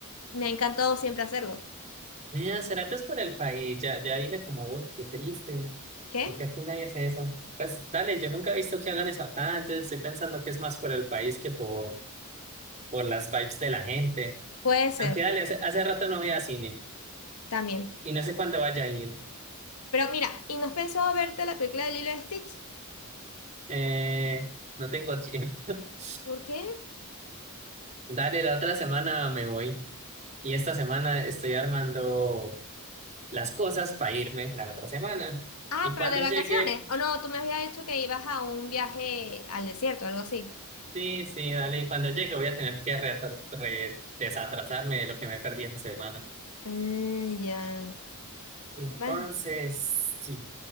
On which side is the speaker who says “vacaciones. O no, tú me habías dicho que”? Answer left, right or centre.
Left